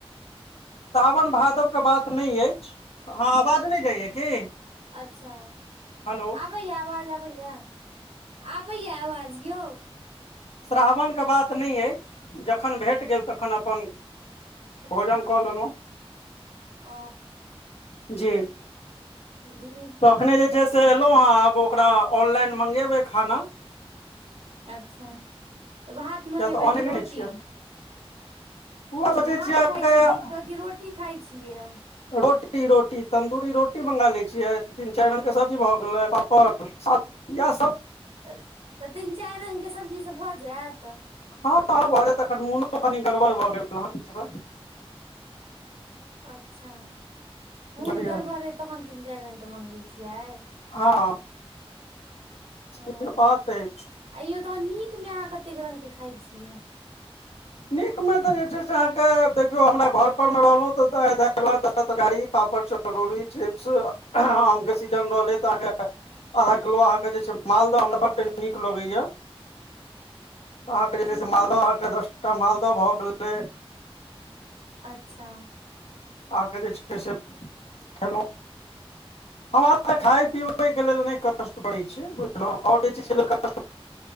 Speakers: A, on the left (about 80°); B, on the right (about 80°).
A: सावन भादो के बात नैय अइच, हाँ आवाज नैय जाइया की?
B: अच्छा,
A: हेलो
B: आबैया आवाज अबैया। आबैया आवाज यौ।
A: श्रावन के बात नैय अइच, जखन भेट गेल तखन अपन
B: अच्छा
A: भोजन कऽ लेलहुँ
B: ओ
A: जी
B: नीक
A: तखने
B: य
A: जे छै से एयलौ हेँ, आब ओकरा ऑनलाइन मंगेबै खाना।
B: अच्छा, भात
A: किया
B: मंगेबै
A: तऽ ऑने
B: कि
A: नहि
B: रोटी?
A: छियै उह सोचै
B: भात
A: अहाँके
B: खाय छियै दिने क रोटी खाय छियै?
A: रोटी -रोटी तन्दूरी रोटी मंगा लै छियै, तीन चैर रंग के सब्जी भऽ गेलै पापड़ इएह सब
B: तऽ तीन चैर रंग के सब्जी से भ जेऽत।
A: हँँ -हँ भऽ जेतऽ अखन मोनो कनी गड़बड़ भऽ गेल हेँ बीच मे।
B: अच्छा
A: बुझलियै
B: मून गड़बड़ एय तहन तीन चैर रंग के मँगबै छियै।
A: हँ
B: हां
A: से बात अछि
B: एैय यौ त नीक मे आहाँ कते कतेक रंग के खाय छियै?
A: नीक में त जे छै, से आहाँ के देखियौ हमरा घर पर मे रहलौ दैल, भात दसटा तरकारी पापड़, चरौरी चरोरी, चिप्स, आम के सीजन रहले तह <unintelligible> आधा किलो अहाँ देखय छियै मालदह हमरा बड्ड नीक लगैया अहाँके
B: अच्छा
A: जे छै से मालदह अहाँके दसटा मालदह भऽ गेलै
B: अच्छा
A: आहाँ के छय से खेलौं हं अपेंन खाय
B: हँ
A: पिबै के लेल नैय कष्ट करय छियै बुझलौ, और जे छै से लेल कष्ट